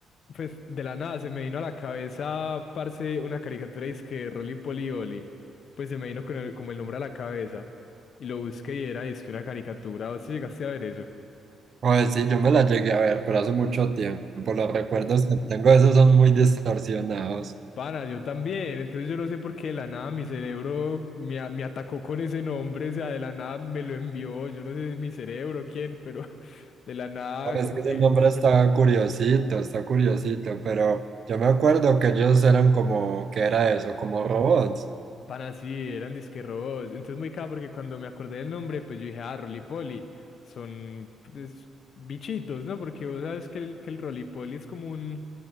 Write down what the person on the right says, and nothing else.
Oye, sí, yo me la llegué a ver, pero hace mucho tiempo. Los recuerdos que tengo de esos son muy distorsionados.
Oye,
es que
ese nombre está curiosito, está curiosito, pero yo me acuerdo que ellos eran como, ¿qué era eso? Como robots.